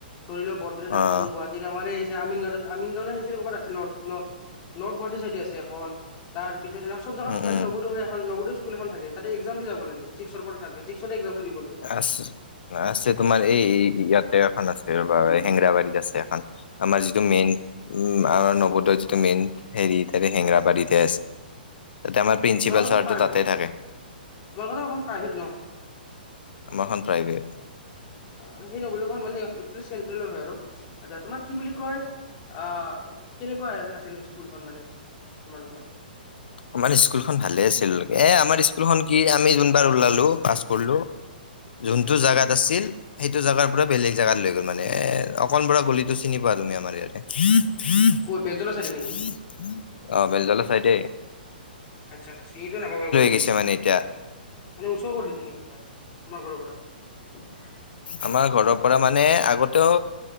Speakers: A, on the left (about 35°); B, on the left (about 70°).
A: ধৰি লও বৰপেটাত এখন,
B: অ
A: গুৱাহাটীৰ আমাৰ এই যে আমিন গাঁৱত আমিন গাঁও হেই যে কবাত আছে নৰ্থ-নৰ্থ-নৰ্থ গুৱাহাটীৰ চাইডে আছে এখন। তাৰ <unintelligible> চব জেগাত
B: উম,
A: মানে
B: উম,
A: নবোদয় এখন নবোদয় <unintelligible> স্কুল এখন থাকে। তাতে একজাম দি যাবা লাগে। ছিক্সৰ পৰা থাকে ছিক্সতে একজামটো দিব লাগে।
B: আছে, আছে। তোমাৰ এই ইয়াতে এখন আছে ৰবা হেংৰাবাৰীত আছে এখন। আমাৰ যিটো মেইন উ আমাৰ নৱদৰ যিটো মেইন হেৰি তাতে হেংৰাবাৰীতে আছে। তাতে আমাৰ প্ৰিন্সিপাল
A: তোমাৰ কথা
B: ছাৰটো
A: প্ৰ
B: তাতে
A: তোমাৰ
B: থাকে
A: টো এখন প্ৰাইভেট ন
B: আমাৰখন প্ৰাইভেট
A: আচছা আৰু সেই নগৰীখন মানে এটলিচট‌ চেন্ট্ৰেলৰ হয় আৰু আচ্ছা তোমাৰ কি বুলি কয়, আহ কেনেকুৱা আছিল স্কুলখন মানে তোমালোকৰ?
B: আমাৰ স্কুলখন ভালে আছিল এ আমাৰ স্কুলখন কি আমি যোনবাৰ ওলালো পাছ কৰিলো, যোনটো
A: উম
B: জাগাত আছিল সেইটো জাগাৰ পৰা বেলেগ জাগাত লৈ গ'ল মানে, অকণ বৰা গলিটো চিনি পোৱা তুমি আমাৰ ইয়াতে,
A: ক'ত বেলতলা চাইডে নেকি
B: অ বেলডালা চাইডেই
A: আচ্ছা চিনিটো নাপাবাৰ গলিটো
B: গৈছে
A: মানে
B: মানে এতিয়া
A: ওচৰ কৰি দিছে নেকি এ ত তোমাৰ ঘৰৰ পৰা
B: আমাৰ ঘৰৰ পৰা মানে আগতেও